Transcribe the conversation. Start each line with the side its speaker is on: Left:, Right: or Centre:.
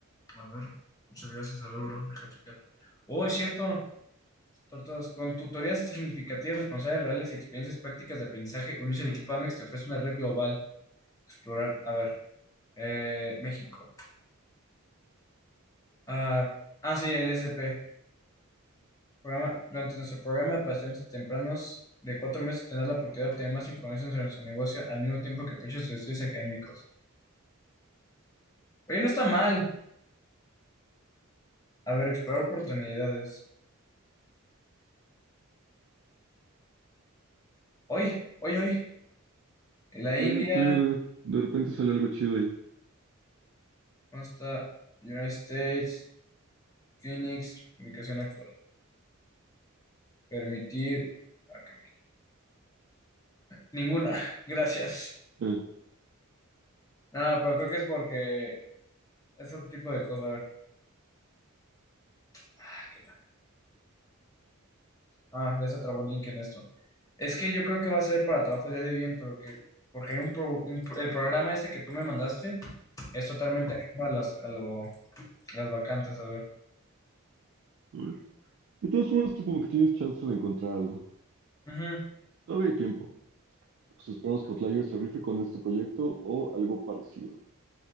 Left: A ver, muchas gracias. A ver, bro, deja checar. Oh, es cierto. Tortas, Con tutorías significativas, responsables reales y experiencias prácticas de aprendizaje, unirse al equipo Amex te ofrece una red global. Explorar, a ver, eh, México. Ah, ah, sí, el S P Programa- durante nuestro programa de pacientes tempranos de cuatro meses tendrás la oportunidad de obtener más información sobre nuestro negocio al mismo tiempo que apoyas tus estudios académicos. Oye, no está mal. A ver, explorar oportunidades. Hoy, hoy, hoy. En la India,
Right: Eh, te digo, de, de repente sale algo chido ahí.
Left: ¿dónde está? United States, Phoenix, ubicación actual. Permitir. ok, Ninguna, <laughs> gracias.
Right: Ah,
Left: No, pero creo que es porque es otro tipo de cosas. A ver, ah, que la- ah, ya se trabó el link en esto. Es que yo creo que va a ser para trabajos ya de bien, pero que, porque hay un, pro- un pro- el programa ese que tú me mandaste es totalmente ajeno a las, a lo- las vacantes, a ver.
Right: ajá. De todas formas, tú como que tienes chance de encontrar algo.
Left: Ujú.
Right: Todavía hay tiempo. Pues esperamos que Outlier se rife con este proyecto o algo parecido.